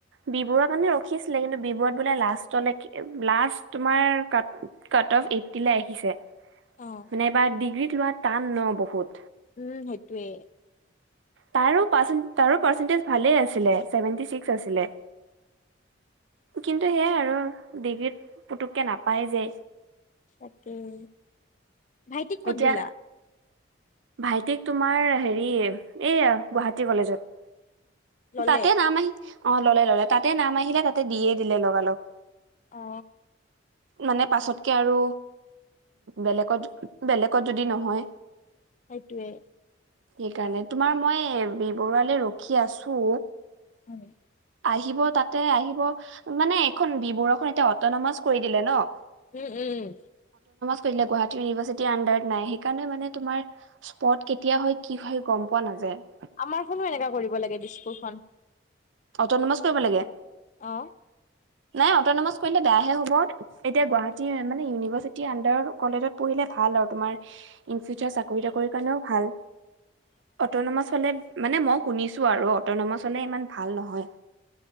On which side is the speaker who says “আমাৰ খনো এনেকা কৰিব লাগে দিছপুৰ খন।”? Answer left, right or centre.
Left